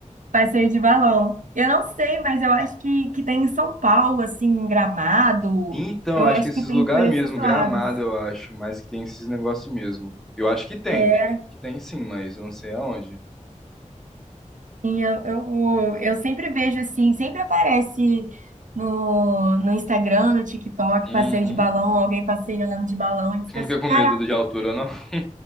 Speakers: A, on the right; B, in the centre.
A: passeio de balão. Eu não sei, mas eu acho que, que tem em São Paulo, assim, em Gramado.
B: Então,
A: Eu
B: acho
A: acho
B: que esses
A: que tem
B: lugares
A: por esses
B: mesmo,
A: lados.
B: Gramado, eu acho, mas que tem esses negócios mesmo. Eu acho que tem,
A: É,
B: tipo, que tem sim, mas eu não sei aonde.
A: Sim, eu, eu, eu sempre vejo assim, sempre aparece no, no Instagram, no TikTok,
B: Uhum.
A: passeio de balão, alguém passeando de balão, e fica
B: Você não
A: assim,
B: fica com
A: caraca,
B: medo de altura, não? <laughs>